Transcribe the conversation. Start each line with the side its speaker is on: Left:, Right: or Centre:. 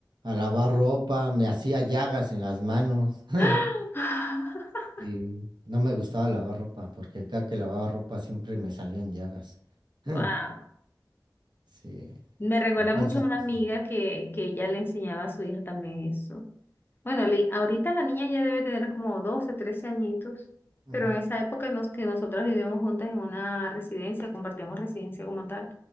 Right: A lavar ropa, me hacía llagas en las manos. <laughs>
Left: <laughs>
Right: Y no me gustaba lavar ropa, porque cada que lavaba ropa siempre me salían llagas. <laughs>
Left: Wow. <gasps>
Right: Sí.
Left: Me recuerda
Right: Entonces,
Left: mucho a una
Right: pues
Left: amiga
Right: sí.
Left: que, que ella le enseñaba a su hija también eso. Bueno, li- ahorita la niña ya debe tener como 12 13 añitos,
Right: Ujú.
Left: pero en esa época en los que nosotras vivíamos juntas en una residencia, compartíamos residencia como tal,